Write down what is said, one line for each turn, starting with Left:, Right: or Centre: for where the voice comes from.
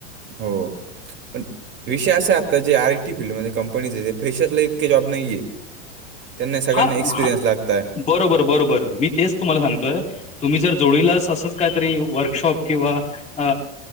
Right: हो <inaudible> पण विषय असा आहे. आता जे आर आयटी फीलडमध्येध्ये कंपनीचे ते फेशरला इतके जॉब नाहीये.
Left: <unintelligible>
Right: त्यांना सगळ्यांना एक्सपिरीयन्स
Left: हा
Right: लागतात.
Left: बरोबर -बरोबर मी तेच तुम्हाला सांगतोय. तुम्ही जर <inaudible> जोडीलास असंच काहीतरी वर्कशॉप किंवा अ